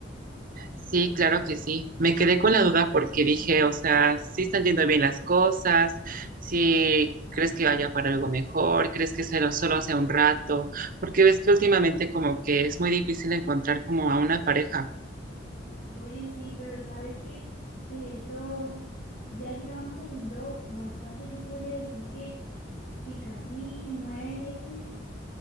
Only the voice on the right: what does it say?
Sí, claro que sí. Me quedé con la duda porque dije, o sea, si están yendo bien las cosas, si crees que vaya para algo mejor, crees que se lo- solo sea un rato, porque ves que últimamente como que es muy difícil encontrar como a una pareja.